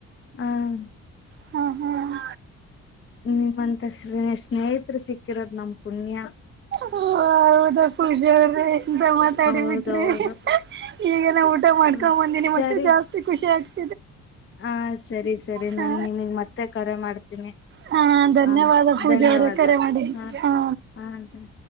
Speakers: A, on the left; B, on the right.
A: ಹ್ಮ
B: ಹ್ಮ್ ಹ್ಮ್
A: ನಿಮ್ಮಂತ ಸ್ ಸ್ನೇಹಿತರು ಸಿಕ್ಕಿರೋದ್ ನಮ ಪುಣ್ಯ
B: ಹೌದು ಪೂಜಾ ಅವರೆ ಎಂತ ಮಾತಾಡಿ
A: ಹೌದೌದು
B: ಬಿಟ್ರಿ ಈಗನಾ ಊಟ
A: ಹ್ಮ್
B: ಮಾಡ್ಕೊಂಡ್ ಬಂದೀನಿ
A: ಸರಿ
B: ಮತ್ತೆ ಜಾಸ್ತಿ ಖುಷಿ ಆಗ್ತ
A: ಹ ಸರಿ ಸರಿ
B: ಹಾ
A: ನಾನ್ ನಿಮಗ್ ಮತ್ತೆ ಕರೆ ಮಾಡ್ತೀನಿ
B: ಹಾ ಧನ್ಯವಾದ
A: ಹ
B: ಪೂಜಾ
A: ಧನ್ಯವಾದ
B: ಅವರೆ ಕರೆ ಮಾಡಿದ
A: ಹ
B: ಹಾ
A: ಹ